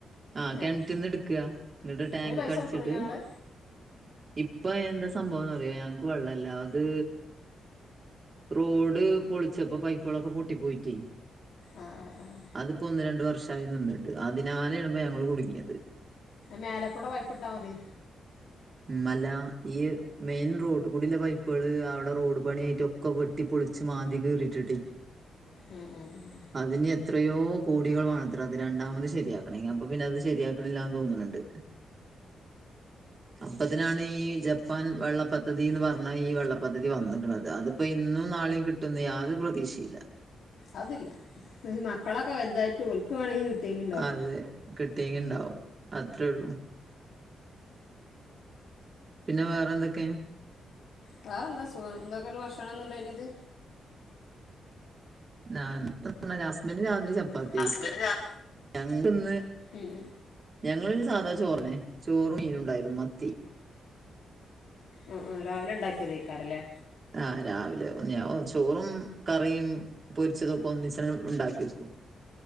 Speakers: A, on the right; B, on the left.
A: ആ കെണറ്റിന്ന്
B: ഏഹ്
A: എടുക്കുക എന്നിട്ട് ടാങ്ക്ക്ക്
B: അതിന് പൈസ
A: അടിച്ചിട്ട്
B: കൊടുക്കണില്ല ഇങ്ങള്
A: ഇപ്പ എന്താ സംഭവംന്നറിയോ ഞങ്ങക്ക് വെള്ളല്ല അത് റോഡ് പൊളിച്ചപ്പോ പൈപ്പേളൊക്കെ പൊട്ടി പോയിട്ടേ
B: ആഹ് ആഹ്
A: അതിപ്പോ ഒന്ന് രണ്ട് വർഷായി നിന്നിട്ട് അതിനാലെയാണ് ഇപ്പോ ഞങ്ങള് കുടുങ്ങിയത്
B: മേലക്കൂടെ പൈപ്പിട്ട മതി
A: മല്ല ഈ മെയിൻ റോട്ടിക്കൂടെള്ള പൈപ്പേള് അവടെ റോഡ് പണിയായിട്ട് ക്ക വെട്ടി പൊളിച്ച് മാന്തി കീറിട്ട്ട്ടേ
B: ഉം ഉം ഉം ഉം
A: അതിന് എത്രയോ കോടികൾ വേണത്രേ അത് രണ്ടാമത് ശരിയാക്കണെങ്കി അപ്പൊ പിന്നെ അത് ശരിയാക്കണില്ലാന്ന് തോന്നണ്ട് അപ്പത്തിനാണ് ഈ ജപ്പാൻ വെള്ള പദ്ധതിന്ന് പറഞ്ഞാ ഈ വെള്ള പദ്ധതി വന്നിക്കണത് അതിപ്പോ ഇന്നും നാളെയും കിട്ടുന്നു യാതൊരു പ്രതീഷയില്ല
B: അതില്ല ഈ മക്കളൊക്കെ വലുതായിട്ട് ഓൽക്കുവാണെങ്കിൽ കിട്ടിയെങ്കി ഇണ്ടാവും
A: അതെ കിട്ടിയെങ്കി ഇണ്ടാവും അത്രേ ഒള്ളൂ പിന്നെ വേറെ എന്തൊക്കെ
B: വേറെ എന്താ സുഖം എന്തൊക്കേ ഭക്ഷണംന്നുണ്ടായത്
A: ന്റെ ഹസ്ബന്റ് രാത്രി ചപ്പാത്തി കഴിക്ക
B: ഹസ്ബൻഡ് രാ
A: ഞങ്ങക്കിന്ന്
B: ഉം
A: ഞങ്ങള് സാധാ ചോറന്നേ ചോറും മീനുണ്ടായിരുന്നു മത്തി
B: ആ ആ രാവിലെ ഇണ്ടാക്കിയതക്കാരം ലേ
A: ആ രാവിലെ ചോറും കറിയും പൊരിച്ചതൊക്കെ ഒന്നിച്ചങ്ങ് ഇണ്ടാക്കി വെക്കും